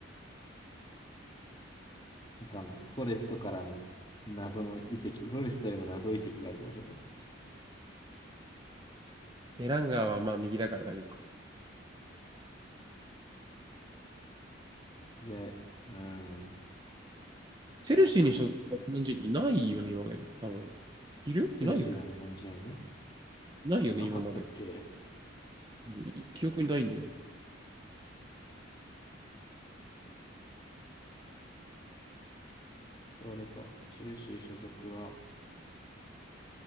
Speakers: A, on the left (about 25°); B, on the right (about 20°).
A: わかんない。フォレストからの謎の移籍、フォレストへの謎移籍があるかもしれないけ
B: エランガーはまあ右だから大丈夫か。
A: ど。で、うーん。
B: チェルシーに所属した日本人っていないよね、
A: まあそう。
B: 今まで。多分。いるいないよね。
A: チェルシーの日本人
B: いないよね、
A: いなかったっけ
B: 今まで。うん記憶にないんだよね。
A: 誰か。チェルシー所属は